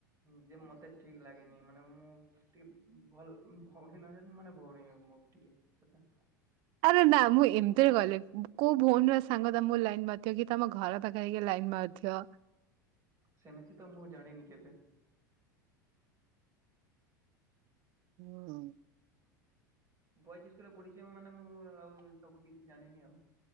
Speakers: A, on the right (about 30°); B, on the right (about 55°).
A: ଯେ ମତେ ଠିକ୍ ଲାଗେନି ମାନେ ମୁଁ ଟିକେ ଭଲ ଭଉଣୀ ନ ଜ ମାନେ ଭଉଣୀବ ମୋ ଟିକେ <unintelligible>
B: ଆରେ ନା ମୁଁ ଏମ୍ତିରେ କଇଲି କୋଉ ଭଉଣୀର ସାଙ୍ଗ <unintelligible> ଲାଇନ୍ ବାଥିବ କି ତମ ଘର ପାଖ୍ <unintelligible> ଲାଇନ୍ ମାରୁଥିବ।
A: ସେମିତି ତ ମୁଁ ଜାଣିନି କେବେ।
B: ହୁଁ।
A: ବଏଜ୍ ସ୍କୁଲରେ ପଢିଚି ମାନେ ମୁଁ ଆଉ ସବୁ କିଛି ଜାଣିନି ଆଉ